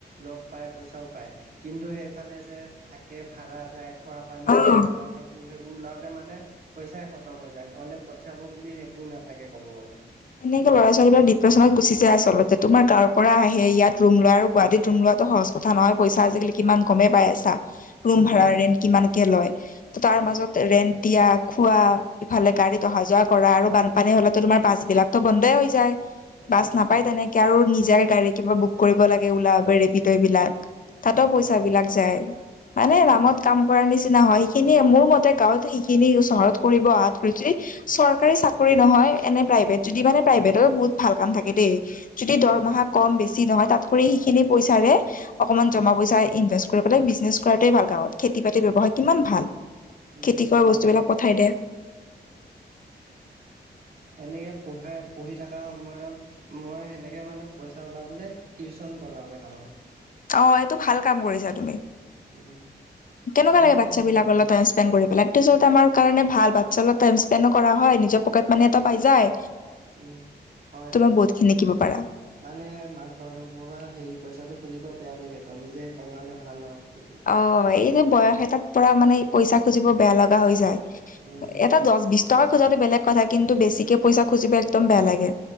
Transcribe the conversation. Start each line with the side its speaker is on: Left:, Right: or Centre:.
Right: জব পায় পইচাও পায় কিন্তু সেইফালে যে থাকে ভাড়া যায়। খোৱা পানীৰ
Left: অ',
Right: হে ভাড়া সেইবোৰ সেইবোৰ ওলাওতে মানে পইচাই খতম হৈ যায় ঘৰলে পঠিয়াব বুলি একো নাথাকে ক'ব গ'লে।
Left: এনেকে ল'ৰা ছোৱালীবিলাক ডিপ্ৰেচনত গুচি যায় আচলতে তোমাৰ গাঁৱৰ পৰা আহে ইয়াত ৰুম লয় আৰু গুৱাহাটীত ৰুম লোৱাটো সহজ কথা নহয় পইচা আজিকালি কিমান গমেই পাই আছা। ৰুম
Right: উম,
Left: ভাড়া ৰেন্ট কিমানকে লয় ত' তাৰ
Right: উম,
Left: মাজত ৰেন্ট দিয়া খোৱা ইফালে গাড়ীত অহা যোৱা কৰা আৰু বানপানী হ'লেটো
Right: উম,
Left: তোমাৰ বাছ বিলাকতো বন্ধই হৈ যায়।
Right: উম,
Left: বাছ নাপায়
Right: হয়
Left: তেনেকে আৰু নিজাৰে গাড়ী কিবা বুক কৰিব লাগে ওলা উবেৰ ৰেপিড' এইবিলাক। তাতো
Right: অ',
Left: পইচা বিলাক যায়। মানে নামত কাম কৰাৰ নিচিনা হয় সেইখিনিয়ে মোৰ মতে গাঁৱত সেইখিনি চহৰত কৰিব অহাত কৈ যদি চৰকাৰী চাক- কৰি নহয় এনে প্ৰাইভেট যদি মানে প্ৰাইভেটত বহুত ভাল কাম থাকে দেই, যদি দৰমাহা
Right: উম,
Left: কম বেছি- বেছি নহয়, তাতকৈ সেইখিনি পইচাৰে অকমান
Right: উম,
Left: জমা পইচা ইনভেষ্ট- কৈ পেলাই বিজনেছ কৰাটোৱে ভাল গাৱঁত, খেতি বাতিৰ ব্যৱহাৰ কিমান ভাল
Right: উম,
Left: খেতি কৰা
Right: হয়।
Left: বস্তুবিলাক পঠাই দে।
Right: সেনেকে পঢ়াই পঢ়ি থকা সময়ত- মই সেনেকে মানে পইচা ওলাবলে টিউচন কৰাও কেইটামান।
Left: অঁ এইটো ভাল কাম কৰিছা তুমি।
Right: উম,
Left: কেনেকুৱা
Right: মানে
Left: লাগে বাৎচ্ছা
Right: হেৰি
Left: বিলাকৰ লগত টাইম স্পেণ্ড কৰি পেলাই। টিউচনটো আমাৰ কাৰণে ভাল, বাৎচ্ছা লগত টাইম স্পেণ্ডো কৰা হয় নিজৰ পকেট মানি এটা পাই যায়।
Right: উম, হয়,
Left: তোমাৰ
Right: হয়।
Left: বহুত খিনি শিকিব পাৰা।
Right: মানে মাক বাপেকপা হেই পইচাটো খুজিব বেয়া লাগে ত নিজে কমালে ভাল আৰু দেখি।
Left: অঁ মানে এইটো বয়স এটাত পৰা মানে পইচা খুজিব বেয়া লগা হৈ যায়,
Right: উম হয়
Left: এটা দশ বিশ- টকা খোজাটো বেলেগ কথা, কিন্তু বেছিকে পইচা খুজিব একদম বেয়া লাগে।